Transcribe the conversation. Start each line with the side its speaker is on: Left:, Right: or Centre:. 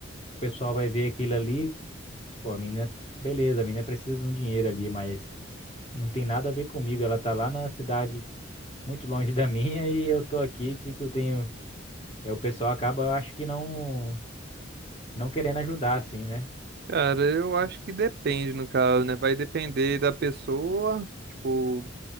Left: O pessoal vai ver aquilo ali, pô, a menina, beleza, a menina precisa de um dinheiro ali, mas não tem nada a ver comigo. Ela tá lá na cidade muito longe da <laughs> minha e eu tô aqui, o que que eu tenho? É, o pessoal acaba, eu acho que não, não querendo ajudar, assim, né?
Right: Cara, eu acho que depende, no caso, né? Vai depender da pessoa. Tipo,